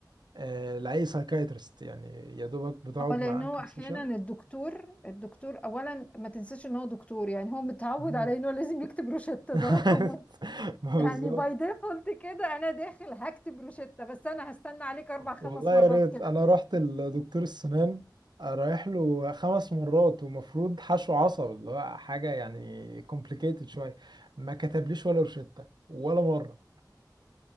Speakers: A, on the right; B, on the left.
A: آه، لاي سايكايترست يعني يا دوبك بتقعد
B: اه
A: معاه
B: لان هو
A: كام
B: احيانا
A: سيشن
B: الدكتور الدكتور اولا ما تنساش ان هو دكتور يعني هو متعود
A: مم.
B: على انه لازم يكتب روشتة
A: <laughs>
B: ده رقم واحد
A: ما
B: يعني
A: بالظبط
B: باي ديفولت كده انا داخل هكتب روشتة بس انا هستنى عليك اربع خمس
A: والله
B: مرات
A: يا ريت
B: كده
A: انا رحت لدكتور السنان رايح له خمس مرات ومفروض حشو عصب اللي هو حاجه يعني كومبليكيتد شويه ما كتبليش ولا روشته ولا مره